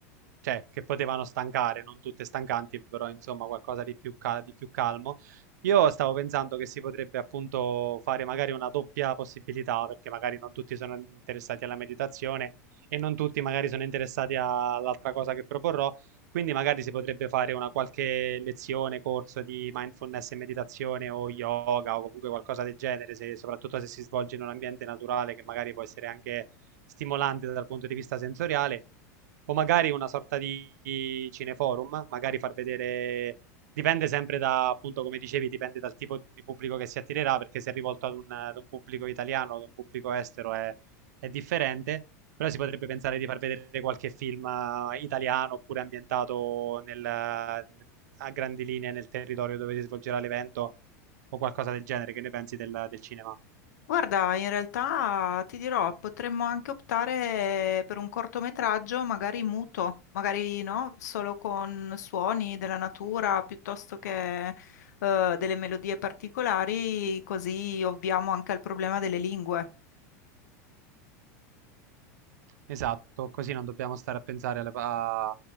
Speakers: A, on the right; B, on the left.
A: cioè che potevano stancare, non tutte stancanti, però insomma qualcosa di più, ca- di più calmo. Io stavo pensando che si potrebbe appunto fare magari una doppia possibilità, perché magari non tutti sono interessati alla meditazione e non tutti magari sono interessati a- all'altra cosa che proporrò, quindi magari si potrebbe fare una qualche lezione, corso di mindfulness e meditazione o yoga o comunque qualcosa del genere, se- soprattutto se si svolge in un ambiente naturale che magari può essere anche stimolante dal punto di vista sensoriale o magari una sorta di cineforum, magari far vedere, dipende sempre da, appunto, come dicevi, dipende dal tipo di pubblico che si attirerà, perché se è rivolto ad un, ad un pubblico italiano, ad un pubblico estero è, è differente, però si potrebbe pensare di far vedere qualche film eh, italiano oppure ambientato nel, a grandi linee nel territorio dove si svolgerà l'evento o qualcosa del genere, che ne pensi del, del cinema?
B: Guarda, in realtà ti dirò, potremmo anche optare per un cortometraggio, magari muto, magari no, solo con suoni della natura piuttosto che eh, delle melodie particolari, così ovviamo anche al problema delle lingue.
A: Esatto, così non dobbiamo stare a pensare alle- a-